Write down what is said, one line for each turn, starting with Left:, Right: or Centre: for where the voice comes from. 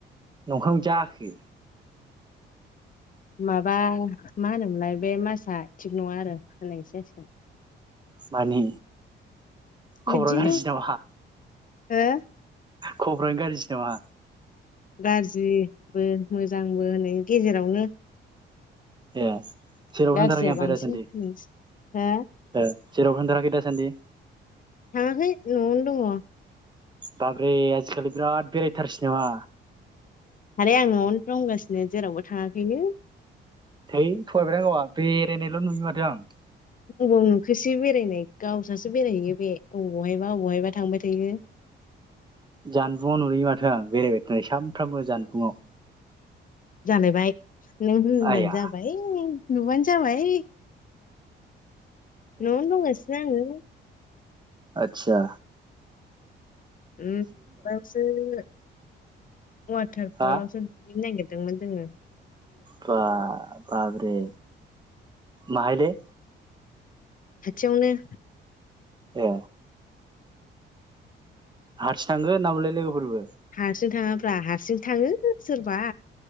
Right: नखां जाखो।
Left: माबा मा होनोमोनलाय बे मासा थिग नङा आरो होननायसो जासिगोन।
Right: मानि
Left: बिदिनो
Right: खर' गाज्रि नामा?
Left: हो?
Right: खबरानो गाज्रिसो नामा?
Left: गाज्रिबो मोजांबो होनै गेजेरावनो।
Right: ए जेरावबो
Left: गाज्रिया
Right: थांथाराखै ओमफ्राय
Left: बांसिन
Right: दासान्दि
Left: फैस हो?
Right: ए जेरावबो थांथाराखै दासान्दि?
Left: थाङाखै न'आव नो दङ।
Right: बाब्रै आजिखालि बिराद बेरायथारसै नामा?
Left: आरो आं न'आवनो दंगासिनो जेरावबो थाङाखै नो।
Right: धै थगायबायदां गावा बेरायनायल' नुयो माथो आं।
Left: अबाव नुखोसै बेरायनाय गावसासो बेरायहैयो बे अबेहायबा अबेहायबा थांबाय थायो।
Right: जानबुङाव नुयो माथो आं बेरायबाय थानाय सानफ्रामबो जानबुंआव।
Left: जालायबाय नों होनबानो
Right: आइया
Left: जाबाय नुबानो जाबाय नआवनो दंसो आंङो
Right: आतसा
Left: उम बांसिन न वाटारफलावसो
Right: हा
Left: दुगैनो नांगिर दों दोंमोन जोंङो
Right: बा बाबरे माहायले
Left: खाथियावनो
Right: ए हारसिं थांगोन ना बुंलाय लोगोफोरबो
Left: हारसिं थाङाब्रा हारसिं थांङो सोरबा